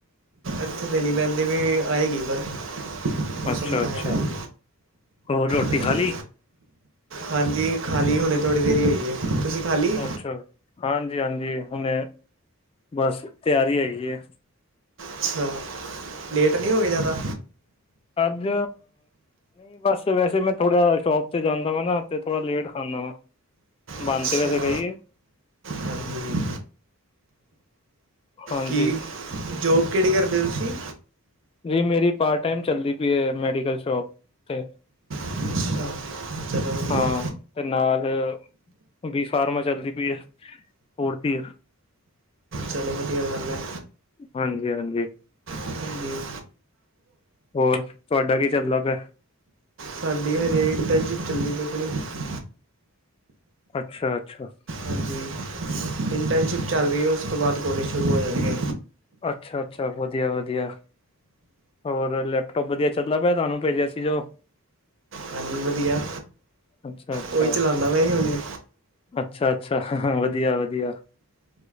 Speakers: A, on the right; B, on the left.
A: ਇੱਥੇ ਨਈ ਪੈਹਦੀ ਪਈ, ਆਏਗੀ ਪਰ ਮੌਸਮ
B: ਅੱਛਾ-ਅੱਛਾ,
A: ਤਾਂ ਹੈਗਾ ਹੀ।
B: ਹੋਰ ਰੋਟੀ
A: ਹਾਂਜੀ
B: ਖਾਲੀ?
A: ਹਾਂਜੀ, ਖਾਲੀ ਹੁਣੇ ਥੋੜ੍ਹੀ ਦੇਰ ਹੀ ਹੋਈਏ, ਤੁਸੀਂ ਖਾਲੀ
B: ਅੱਛਾ। ਹਾਂਜੀ-ਹਾਂਜੀ, ਹੁਣੇ ਬਸ ਤਿਆਰੀ ਹੈਗੀ ਏ।
A: ਅੱਛਾ, ਲੇਟ ਨਈ ਹੋ ਗਏ ਜ਼ਿਆਦਾ।
B: ਅੱਜ ਨਹੀਂ ਬਸ ਵੈਸੇ ਮੈਂ ਥੋੜ੍ਹਾ ਸ਼ੋਪ ਤੇ ਜਾਂਦਾ ਵਾ ਨਾ, ਤੇ ਥੋੜਾ ਲੇਟ ਖਾਂਦਾ ਵਾ ਬਨ
A: ਅੱਛਾ
B: ਤੇ ਵੈਸੇ ਗਈ ਏ
A: ਹਾਂਜੀ
B: ਹਾਂਜੀ
A: ਠੀਕ, ਜੋਬ ਕਿਹੜੀ ਕਰਦੇ ਹੋ ਤੁਸੀਂ?
B: ਜੀ ਮੇਰੀ ਪਾਰਟ ਟਾਈਮ ਚੱਲਦੀ ਪਈ ਹੈ, ਮੈਡੀਕਲ ਸ਼ੋਪ ਤੇੇ-
A: ਅੱਛਾ ਚਲੋ ਵਧੀਆ
B: ਹਾਂ, ਤੇ ਨਾਲ ਵੀ ਫਾਰਮਾ ਚੱਲਦੀ ਪਈ ਏ ਹੋਰ ਤੀਰਥ
A: ਚਲੋ ਵਧੀਆ ਗੱਲ ਹੈ
B: ਹਾਂਜੀ- ਹਾਂਜੀ।
A: ਹਾਂਜੀ
B: ਹੋਰ, ਤੁਹਾਡਾ ਕੀ ਚੱਲਦਾ ਪਿਆ?
A: ਸਾਡੀਆਂ ਰੇਟ ਤੇ ਨੀ ਚੱਲੀ <unintelligible>
B: ਅੱਛਾ, ਅੱਛਾ।
A: ਹਾਂਜੀ ਇੰਟਰਨਸ਼ਿਪ ਚੱਲ ਰਹੀ ਹੈ, ਉਸ ਤੋਂ ਬਾਅਦ ਕੋਲੇਜ ਸ਼ੁਰੂ ਹੋ ਜਾਣਗੇ।
B: ਅੱਛਾ, ਅੱਛਾ ਵਧੀਆ, ਵਧੀਆ। ਹੋਰ ਲੈਪਟੋਪ ਵਧੀਆ ਚੱਲਦਾ ਪਿਆ, ਤੁਹਾਨੂੰ ਭੇਜਿਆ ਸੀ ਜੋ
A: ਹਾਂਜੀ ਵਧੀਆ
B: ਅੱਛਾ, ਅੱਛਾ।
A: ਉਹੀ ਚਲਾਉਂਦਾ ਮੈਂ ਹੁਣੇ
B: ਅੱਛਾ, ਅੱਛਾ ਹਾ ਹਾ, ਵਧੀਆ, ਵਧੀਆ।